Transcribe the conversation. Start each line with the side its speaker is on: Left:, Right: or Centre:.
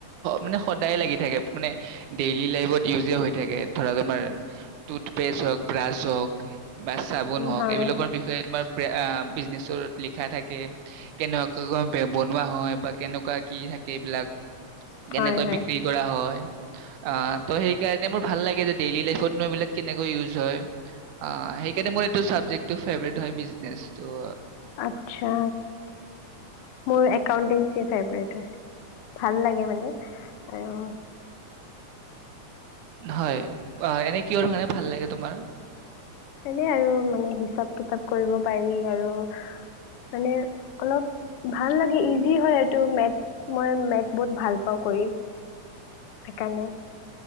Right: মানে সদায় লাগি থাকে মানে ডেইলি লাইফত ইউজে হৈ থাকে ধৰা তোমাৰ টুথপেষ্ট হওক ব্ৰাছ হওক বা চাবোন হওক
Left: হয়
Right: এইবিলাকৰ বিষয়ে তোমাৰ বিজনেচত লিখা থাকে কেনেকুৱা বনোৱা হয় বা কেনেকুৱা কি থাকে এইবিলাক
Left: হয়
Right: কেনেকৈ
Left: হয়
Right: বিক্ৰী কৰা হয় অ ত সেইকাৰে মোৰ ভাল লাগে যে ডেইলী লাইফত এইবিলাক কেনেকৈ ইউজ হয়। অ সেইকাৰণে মই এইটো চাবজেক্টটো ফেভৰেট হয় বিজনেছতো
Left: আচ্ছা মোৰ একাওটেনচিপ ফেবেৰিত হয় ভাল লাগে মানে আৰু
Right: হয় এনে কিয় কাৰণে ভাল লাগে তোমাৰ
Left: এনে আৰু মানে হিচাপ কিতাপ কৰিব পাৰি আৰু মানে অলপ ভাল লাগে ইজি হয় এইটো মেচ মই মেচ বহুত ভাল পাওঁ কৰি সেইকাৰণে